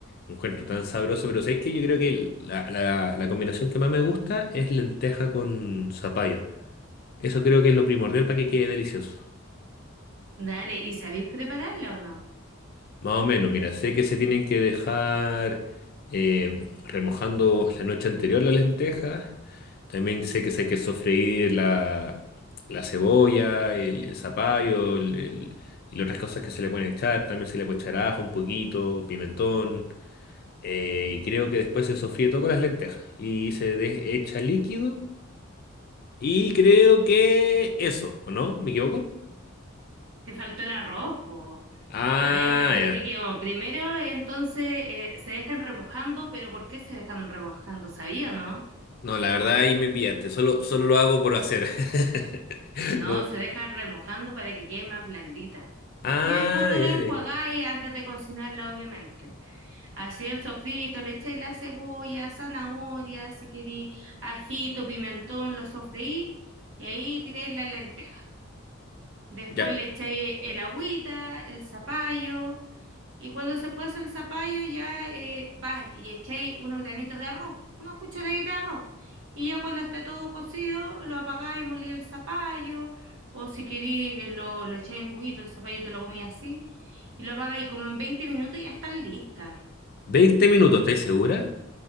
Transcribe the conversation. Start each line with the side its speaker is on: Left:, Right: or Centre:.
Left: Lo Encuentro tan sabroso, pero ¿sabes que Yo creo que el- la, la- la combinación que más me gusta es lenteja con zapallo. Eso creo que es lo primordial para que quede delicioso.
Right: Dale, ¿y sabéis prepararla o no?
Left: Más o menos, mira, sé que se tienen que dejar eh, remojando la noche anterior las lentejas. También sé que se hay que sofreír la, la cebolla, el, el zapallo el- el- y las otras cosas que se le pueden echar. También se le puede echar ajo un poquito, pimentón. Eh, y creo que después se sofríe todo con las lentejas y se de- echa líquido. Y creo que eso, ¿o no? ¿Me equivoco?
Right: Te faltó el arroz, po.
Left: Ah,
Right: A ver, rectifiquemos.
Left: ya.
Right: Primero, entonces, eh, se dejan remojando, pero ¿por qué se dejan remojando? ¿Sabía, o no?
Left: No, la verdad ahí me pillaste. Solo, solo lo hago por hacer. <laughs>
Right: No,
Left: No.
Right: se dejan remojando para que quede más blandita.
Left: Ah,
Right: Y después tú
Left: ya,
Right: lo enjuagáis
Left: dale.
Right: antes de cocinarla, obviamente. Así el sofrito, le echáis la cebolla, zanahoria, si queréis, ajito, pimentón, lo sofreí y ahí tiráis las lentejas. Después
Left: Ya.
Right: le echáis el agüita, el zapallo y cuando se cueza el zapallo ya eh, vais y echáis unos granitos de arroz, una cucharadita de arroz. Y ya cuando esté todo cocido, lo apagáis, y molí el zapallo o si queréis eh, lo, lo echáis en cubito, el zapallo te lo comí así y lo apagáis como en 20 minutos y ya está lista.
Left: 20 minutos, ¿estás segura?